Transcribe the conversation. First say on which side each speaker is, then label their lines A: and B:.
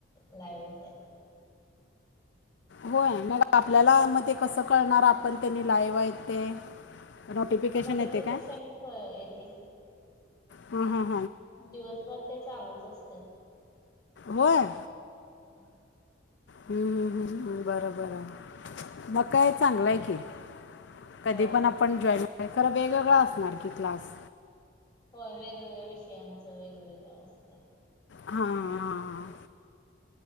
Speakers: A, on the left (about 20°); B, on the left (about 60°).
A: लाईव येताहेत.
B: होय आणि मग आपल्याला म ते कस कळणार आपण त्यांनी लाईव्ह आहेत ते नोटिफिकेशन
A: नोटिफिकेशन
B: येते काय
A: प येते.
B: हा हा.
A: दिवसभर ते चालूच असतात.
B: व्हय.
A: हम्म.
B: हम्म हम्म हम्म बरं बरं मग काय चांगलंय कि. कधी
A: होय
B: पण आपण जॉईन नाय खरं वेगवेगळ असणार की क्लास
A: होय वेगवेगळ्या विषयांचं वेगवेगळं असतं.
B: हा हा.